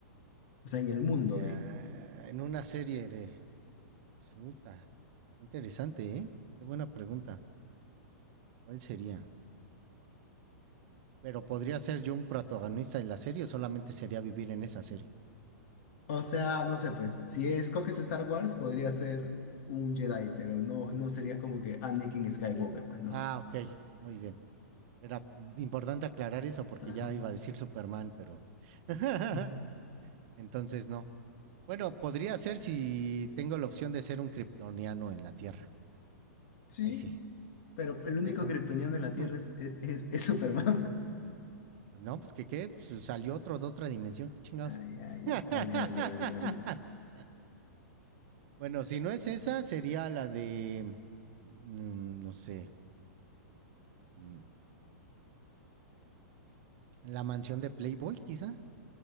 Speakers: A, on the left (about 60°); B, on the right (about 50°).
A: O sea, en el mundo
B: Eh,
A: de.
B: en una serie de... Suta. Interesante, ¿eh? Qué buena pregunta. ¿Cuál sería? Pero podría ser yo un protagonista de la serie o solamente sería vivir en esa serie.
A: O sea, no sé, pues, si escoges Star Wars, podría ser un Jedi, pero no, no sería como que Anakin Skywalker,
B: L-
A: pues, ¿no?
B: Ah, ok, muy bien. Era importante aclarar eso porque
A: Ajá.
B: ya iba a decir Superman, pero... <laughs>
A: <laughs>
B: Entonces no. Bueno, podría ser si tengo la opción de ser un kryptoniano en la Tierra.
A: Sí,
B: Ahí sí.
A: pero el único
B: Eso.
A: kryptoniano en la
B: Ujú.
A: Tierra es, es, es Superman. <laughs>
B: No, pues que qué, Pues, salió otro de otra dimensión, qué chingados.
A: Ah, ya, ya.
B: <laughs>
A: Vale, vale, vale, vale.
B: bueno, si no es esa, sería la de, mm, no sé, mm, la mansión de Playboy, quizá.